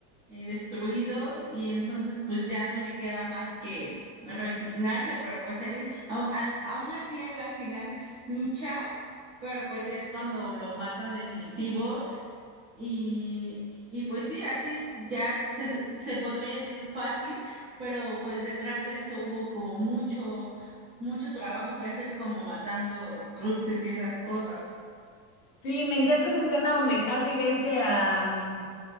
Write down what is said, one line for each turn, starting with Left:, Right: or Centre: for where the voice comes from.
Right: eh, destruidos y entonces pues ya no le queda más que resignarse, pero pues él, au- al- aún así él al final lucha, pero pues ya es cuando lo matan definitivo y, y pues sí, así ya se, su- se podría decir fácil, pero pues detrás de eso hubo como mucho, mucho trabajo que hacer, como matando Horcruxes y esas cosas.
Left: Sí, me encanta esa escena donde Harry vence a, mm,